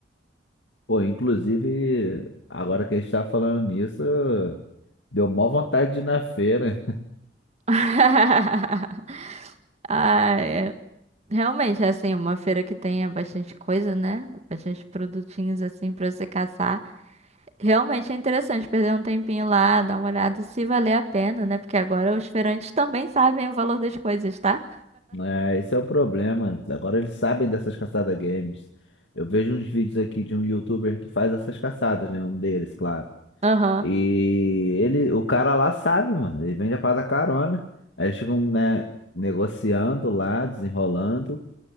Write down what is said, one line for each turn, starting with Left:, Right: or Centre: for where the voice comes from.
Left: Pô, inclusive, agora que a gente tá falando nisso, deu mó vontade de ir na feira.
Right: <laughs> Ai, é- realmente, é assim, uma feira que tenha bastante coisa, né? Bastante produtinhos assim pra você caçar. Realmente é interessante perder um tempinho lá, dar uma olhada se valer a pena, né? Porque agora os feirantes também sabem o valor das coisas, tá?
Left: É, esse é o problema. Agora eles sabem dessas caçadas games. Eu vejo uns vídeos aqui de um youtuber que faz essas caçadas, né? Um deles, claro.
Right: Aham.
Left: E ele, o cara lá sabe, mano. Ele vende a parada carona. Aí eles ficam, né, negociando lá, desenrolando.